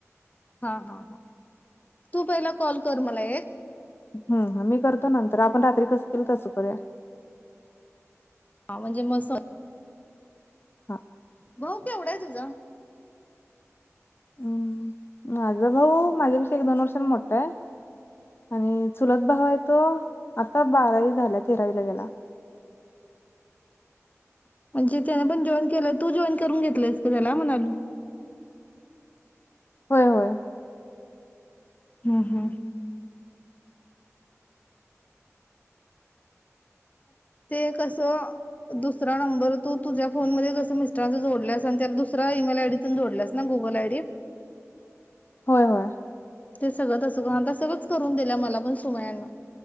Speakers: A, on the left; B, on the left.
A: हा हा हा तू पहिला कॉल कर मला एक
B: हा हा मी करतो नंतर रात्री कसं केलं होतं तसं करूया.
A: हा म्हणजे मस
B: हा
A: भाऊ केवढा आहे तुझा?
B: उमं माझा भाऊ माझ्यापेक्षा एक दोन वर्षांनी मोठा आहे. आणि चुलत भाऊ तो बारावी झाली. तेरावी ला गेला.
A: म्हणजे त्यांना पण जेवण केलं तू जेवण करून घेतलस काय त्याला म्हणाली.
B: होय, होय,
A: हम्म, हम्म, ते कसं दुसरा नंबर तो तुझ्या फोनमध्ये कसा मिस्टरांचा जोडला असेल पण त्यांना दुसऱ्या ईमेल आयडी पण जोडला आहेस गुगल आयडी?
B: होय, होय,
A: ते सगळं तसं पण सगळंच करून दिल पण सुमयान.